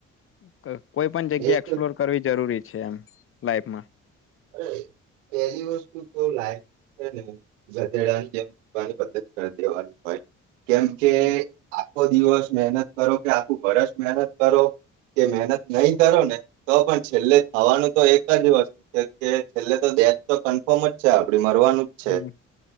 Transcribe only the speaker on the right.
એ
તો
એય પેલી વસ્તુતો લાઈફ છેને ગધેડાની જેમ <unintelligible> કરી દેવાની હોય. કેમ કે
આખો દિવસ મહેનત કરો કે આખું વર્ષ મહેનત કરો કે મહેનત નય કરોને તો પણ છેલ્લે થવાનું તો એક જ વસ્તુ. કે છેલ્લે તો દેટ તો કન્ફર્મ જ છે આપડી. મરવાનું જ છે